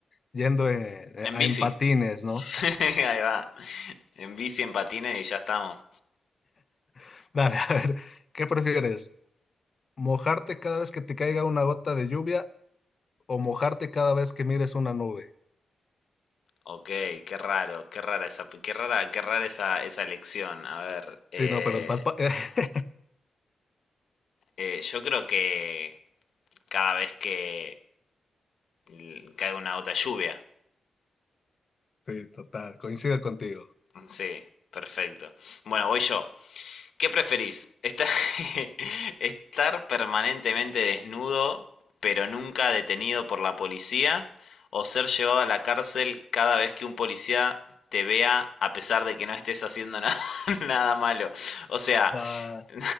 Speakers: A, on the left; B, on the left.
A: yendo eh, eh,
B: En
A: en
B: bici.
A: patines, ¿no?
B: <laughs> Ahí va. En bici, en patines y ya estamos.
A: <laughs> Dale, a ver, ¿qué prefieres? mojarte cada vez que te caiga una gota de lluvia o mojarte cada vez que mires una nube.
B: Ok, qué raro, qué rara esa, qué rara, qué rara esa, esa elección. A ver, eh,
A: Sí, no, pero empalpa. <laughs>
B: eh, yo creo que cada vez que l- cae una gota de lluvia.
A: Sí, total, coincido contigo.
B: Sí, perfecto. Bueno, voy yo. ¿Qué preferís? ¿Estar, <laughs> estar permanentemente desnudo, pero nunca detenido por la policía? ¿O ser llevado a la cárcel cada vez que un policía te vea a pesar de que no estés haciendo nada, <laughs> nada malo? O sea,
A: Ah,
B: <laughs>